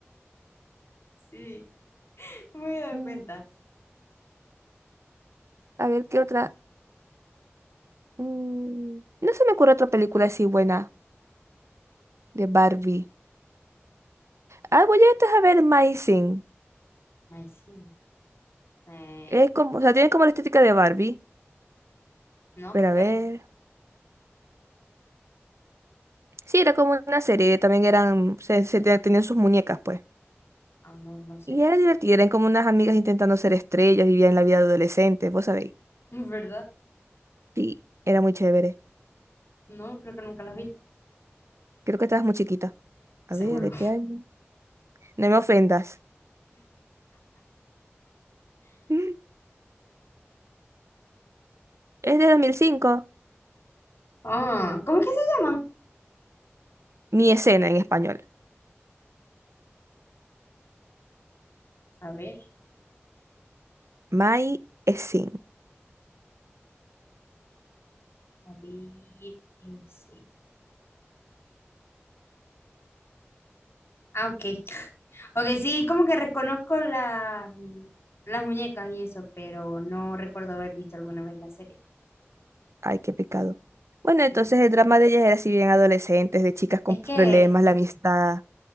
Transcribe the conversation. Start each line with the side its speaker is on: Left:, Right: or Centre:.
Left: Sí, no me había dado
Right: Mm,
Left: cuenta.
Right: A ver, ¿qué otra? Mm, no se me ocurre otra película así buena de Barbie. Ah, voy a a ver My Sing.
Left: Ay, sí. Eh,
Right: Es como, o sea, tienen como la estética de Barbie.
Left: no,
Right: Pero
Left: creo
Right: a
Left: que
Right: ver.
Left: no.
Right: Sí, era como una serie. También eran, se, se te- tenían sus muñecas, pues.
Left: Ah, no, no sé.
Right: Y era divertida. Eran como unas amigas intentando ser estrellas. Vivían la vida de adolescente, vos sabéis.
Left: <laughs> ¿Verdad?
Right: Sí, era muy chévere.
Left: No, creo que nunca las vi.
Right: Creo que estabas muy chiquita.
Left: Seguro.
Right: A ver, ¿de qué año? No me ofendas. <laughs> Es de dos mil cinco
Left: Ah, ¿cómo es que se llaman?
Right: Mi escena en español.
Left: A ver,
Right: My scene.
Left: a ver. eh, sí. Ah, ok. Ok, sí, como que reconozco las, las muñecas y eso, pero no recuerdo haber visto alguna vez la serie.
Right: Ay, qué pecado. Bueno,
Left: Sí.
Right: entonces el drama de ellas era así bien adolescentes, de chicas con
Left: Es
Right: problemas,
Left: que,
Right: la amistad.